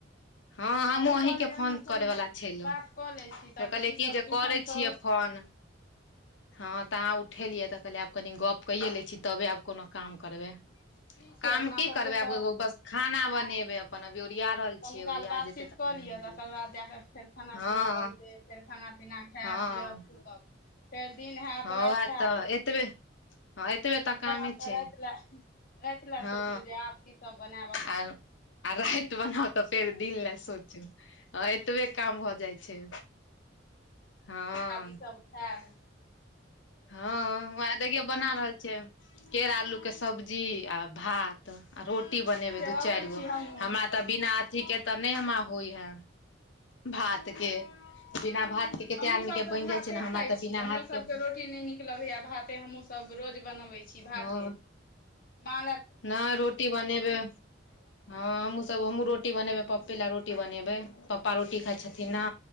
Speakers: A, on the left; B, on the left.
A: हँ हमू
B: हमहूँ
A: अहींके
B: कहलियै हम
A: फोन
B: एखन
A: करे वला छेलहुँ
B: बात कऽ लै छी
A: फे
B: तऽ
A: कहलियै
B: बुच्ची सब
A: की जे
B: ट्यूशन
A: करे
B: सँ
A: छियै
B: औतै
A: फोन हँ तह उठे लियै तऽ कहलियै आब कनि गप कइए लै छीय तबे आब कोनो काम करबै
B: की छै
A: काम
B: अपना
A: की
B: सबके
A: करबै
B: तऽ
A: आब एगो बस खाना
B: वएह
A: बनेबे अपन अभी ओरिया रहल
B: कनी
A: छियै
B: काल
A: ओरिया
B: बातचीत
A: जेतै तऽ
B: कऽ
A: बनेबै
B: लिअ तकर बाद जा कऽ फेर खाना
A: हँ
B: पीना बनतै फेर खाना पीना खैब
A: हँ
B: पियअब पूकब फेर दिन होयत
A: हँ
B: राति
A: उएह
B: होयत
A: तऽ एतबे हँ एतबे
B: दिन
A: तऽ कामे
B: बनल तऽ
A: छै
B: राति लए राति लए
A: हँ
B: सोचू जे आब की सब बनैब
A: आर आ राइत बनाउ तऽ फेर दिन लए सोचू हं एतबे काम भऽ जाइ छै हँ
B: ई सब खब
A: हँ वएह देखियौ बना रहल छियै केरा आलू के सब्जी आ भात आ रोटी
B: ठीक
A: बनेबै
B: छै
A: दू
B: अबै
A: चारि गो
B: छी हमहूँ
A: हमरा तऽ बिना अथी के तऽ नय हमरा होइ है भात के बिना भात के कते
B: हमहुँ
A: आदमी
B: सब
A: के
B: तऽ
A: बनि
B: भाते
A: जाइ छै ने
B: खाय
A: हमरा तऽ
B: छी
A: बिना
B: हमरो
A: हाथ
B: सबके
A: के
B: रोटी टी नहि नीक लगै भाते हम सब रोज बनाै छी भाते
A: हँ
B: म
A: नहि रोटी बनेबै
B: बनबै
A: हँ
B: छी
A: तब हमहूँ रोटी बनेबै पप्पे लए रोटी बनेबै पप्पा रोटी खाइ छथिन न